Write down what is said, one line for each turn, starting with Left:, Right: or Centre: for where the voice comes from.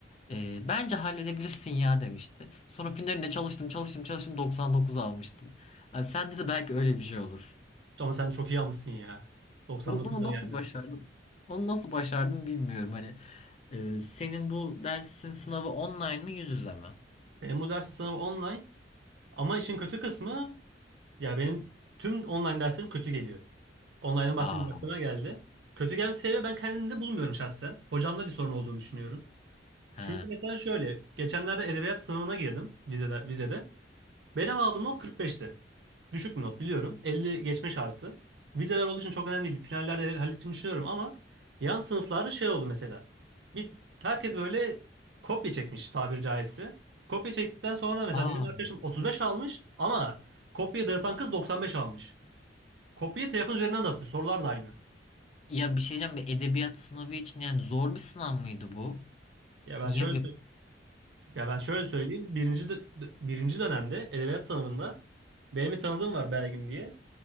Left: e, bence halledebilirsin ya demişti. Sonra finaline çalıştım, çalıştım, çalıştım 99 almıştım. Abi sende de belki öyle bir şey olur.
Right: Ama sen çok iyi almışsın ya. 99'da
Left: Onu mu nasıl
Right: yani.
Left: başardım? Onu nasıl başardım bilmiyorum. Hani e, senin bu dersin sınavı online mi yüz yüze mi?
Right: Benim bu dersi sınavı online. Ama işin kötü kısmı ya benim tüm online derslerim kötü geliyor. Online'ın bahsedince
Left: Aa.
Right: aklıma geldi. Kötü gelme sebebi ben kendimde bulmuyorum şahsen. Hocamda bir sorun olduğunu düşünüyorum.
Left: He.
Right: Çünkü mesela şöyle. Geçenlerde edebiyat sınavına girdim vizede, vizede. Benim aldığım not 45'ti. Düşük bir not biliyorum. 50 geçme şartı. Vizeler olduğu için çok önemli değildi. Finallerde hal- halledeceğimi düşünüyorum ama yan sınıflarda şey oldu mesela. Bir, herkes böyle kopya çekmiş tabiri caizse. Kopya çektikten sonra mesela
Left: Aa.
Right: benim arkadaşım 35 almış ama kopya dağıtan kız 95 almış. Kopya telefon üzerinden dağıtmış. Sorular da aynı.
Left: Ya bir şey diyeceğim bir edebiyat sınavı için yani zor bir sınav mıydı bu?
Right: Ya ben
Left: Niye
Right: şöyle
Left: bir...
Right: Ya ben şöyle söyleyeyim. Birinci, dö- dö- birinci dönemde edebiyat sınavında benim bir tanıdığım var Belgin diye.